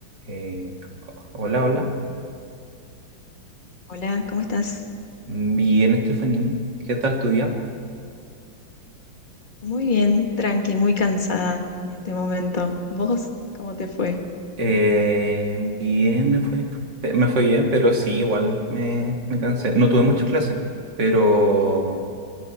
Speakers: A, on the right; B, on the left.
A: Eh, hola, hola.
B: Hola, ¿cómo estás?
A: Bien, Estefanía. ¿Qué tal tu día?
B: Muy bien, tranqui, muy cansada en este momento. ¿Vos cómo te fue?
A: Eh, bien, me fue. eh, Me fue bien, pero sí, igual me, me cansé. No tuve muchas clases, pero